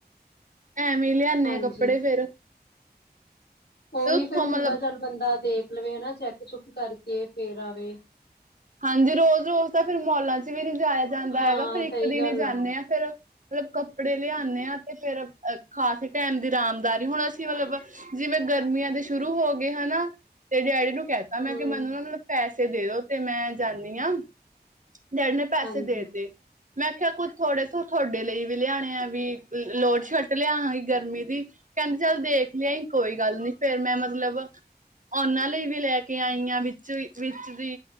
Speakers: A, on the right (about 50°); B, on the left (about 75°).
A: ਐਵੇਂ ਲਿਆਨੇ
B: ਹਾਂਜੀ
A: ਆ ਕੱਪੜੇ ਫੇਰ।
B: ਉਹੀ
A: ਉੱਥੋਂ
B: ਫੇਰ ਹੁੰਦਾ
A: ਮਤਲਬ
B: ਚੱਲ ਬੰਦਾ ਦੇਖ ਲਵੇ ਹਨਾ ਚੈਕ ਚੁੱਕ ਕਰਕੇ ਫੇਰ ਆਵੇ।
A: ਹਾਂਜੀ ਰੋਜ਼-ਰੋਜ਼ ਤਾਂ ਫਿਰ ਮੋਲਾਂ 'ਚ ਵੀ ਨੀ ਜਾਇਆ ਜਾਂਦਾ
B: ਹਾਂ
A: ਹੈਗਾ ਫੇਰ ਇੱਕ
B: ਸਹੀ
A: ਦਿਨ
B: ਗੱਲ
A: ਈ ਜਾਂਨੇ ਆ। ਫੇਰ ਮਤਲਬ ਕੱਪੜੇ ਲਿਆਂਨੇ ਆ 'ਤੇ ਫੇਰ ਅ ਖਾਸ ਟੈਮ ਦੀ ਰਾਮਦਾਰੀ ਹੁਣ ਅਸੀ ਮਤਲਬ ਜਿਵੇਂ ਗਰਮੀਆਂ ਦੇ ਸ਼ੁਰੂ ਹੋਗੇ ਹਨਾ 'ਤੇ ਡੈਡੀ ਨੂੰ ਕੈਤਾ
B: ਹਮ
A: ਮੈਂ ਕਿ ਮੈਨੂੰ ਨਾ ਮਤਲਬ ਪੈਸੇ ਦੇ ਦੋ 'ਤੇ ਮੈਂ ਜਾਂਨੀ ਆ। ਡੈਡੀ ਨੇ ਪੈਸੇ
B: ਹਾਂਜੀ
A: ਦੇਤੇ। ਮੈਂ ਖੇਆ ਕੁ ਥੋੜੇ ਸ ਤੁਹਾਡੇ ਲਈ ਵੀ ਲਿਆਣੇ ਆ ਵੀ ਲੋਟ ਸ਼ਰਟ ਲਿਆਹਾਗੀ ਗਰਮੀ ਦੀ ਕੈਂਦੇ ਚੱਲ ਦੇਖ ਲਿਆ ਈ ਕੋਈ ਗੱਲ ਨੀ ਫੇਰ ਮੈਂ ਮਤਲਬ ਉਨਾਂ ਲਈ ਵੀ ਲੈ ਕੇ ਆਈ ਆ ਵਿੱਚ ਵੀ ਵਿੱਚ ਦੀ